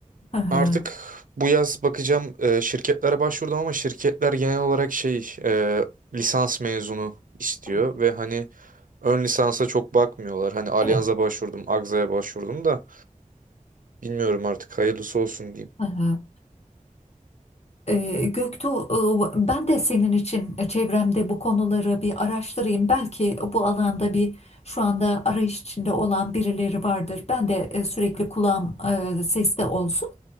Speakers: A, on the left; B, on the right.
A: Hı hı.
B: artık bu yaz bakacağım e, şirketlere başvurdum ama şirketler genel olarak şey e, lisans mezunu istiyor
A: Evet.
B: ve hani ön lisansa çok bakmıyorlar. Hani Allianz'a
A: evet.
B: başvurdum, Agza'ya başvurdum da bilmiyorum artık hayırlısı olsun diyeyim.
A: Hı hı. Ee, Göktuğ, e, ben de senin için e, çevremde bu konuları bir araştırayım. Belki bu alanda bir şu anda arayış içinde olan birileri vardır. Ben de e, sürekli kulağım e, seste olsun.